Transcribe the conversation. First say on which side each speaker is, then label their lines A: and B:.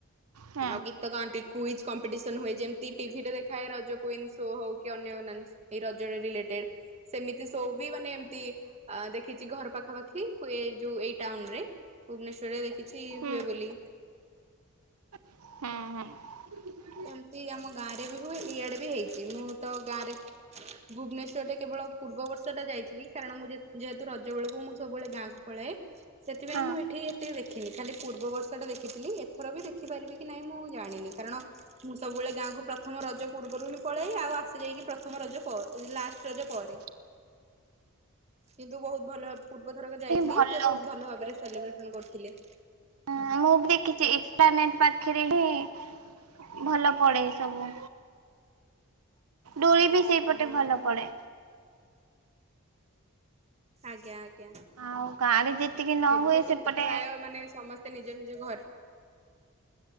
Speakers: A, on the right; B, on the right.
A: ହ <inaudible>
B: ଆଉ ଗୀତ ଗାନ୍ତି। କୁଇଜ୍ କମ୍ପିଟିସନ୍ ହୁଏ। ଯେମିତି ଟିଭିରେ ଦେଖାଏ ରଜ କୁଇନ ଶୋ ହଉ, କି ଅନ୍ୟ ଅନ୍ୟାନ ଶୋ ଏଇ ରଜରେ ରିଲେଟେଡ୍ ସେମିତି ଶୋ ବି ମାନେ, ଏମତି ଦେଖିଛି ଘର ପାଖାପାଖି। ଯୋଉ ଏଇ ଟାଉନ୍ ରେ। ଭୁବନେଶ୍ଵରରେ ଦେଖିଛି
A: ହୁଁ
B: ହୁଏ ବୋଲି।
A: ହୁଁ, ହୁଁ।
B: ଏମିତି ଆମ ଗାଁରେ ବି ହୁଏ। ଇଆଡେ ବି ହେଇଛି। ମୁଁ ତ ଗାଁ ରେ ଭୁବନେଶ୍ୱରରେ କେବଳ ପୂର୍ବ ବର୍ଷଟା ଯାଇଥିଲି। କାରଣ ମୁଁ ଯେ-ଯେହେତୁ ରଜ ବେଳକୁ, ମୁଁ ସବୁବେଳେ ଗାଁକୁ ପଳାଏ। ସେଥିପାଇଁ
A: ହଁ
B: ମୁଁ ଏଠି ଏତେ ଦେଖ୍ ଖିନି। ଖାଲି ପୂର୍ବବର୍ଷଟା ଦେଖିଥିଲି। ଏଥର ବି ଦେଖିପାରିବି କି ନାହିଁ, ମୁଁ ଜାଣିନି? କାରଣ ମୁଁ ସବୁବେଳେ ଗାଁକୁ ପ୍ରଥମ ରଜ ପୂର୍ବରୁ ହିଁ ପଳାଏ। ଆଉ, ଆସେ ଯାଇକି ପ୍ରଥମ ରଜ ପ ଲାଷ୍ଟ ରଜ ପରେ।
A: ହ <inaudible>
B: କିନ୍ତୁ, ବହୁତ ଭଲ ପୂର୍ବଥରକ ଯାଇଥିଲି।
A: ଭଲ
B: ସେ ବହୁତ
A: ହୁଏ।
B: ଭଲ ଭାବରେ ସେଲିବ୍ରେସନ୍ କରିଥିଲେ।
A: ହଁ ମୁଁ ବି ଦେଖିଚି ଏକ୍ସପ୍ଲାନେଟ୍ ପାଖରେ ହିଁ ଭଲ ପଡେ ସବୁ। ଡୋଳି ବି ସେଇ ପଟେ
B: ହୁଁ
A: ଭଲ ପଡେ।
B: ଆଜ୍ଞା, ଆଜ୍ଞା
A: ଆଉ ଗାଁରେ ଯେତିକି ନ
B: ଏବେ
A: ହୁଏ
B: ତ କିନ୍ତୁ
A: ସେପଟେ
B: ପ୍ରାୟ ମାନେ ସମସ୍ ତେ ନିଜ ନିଜ ଘରେ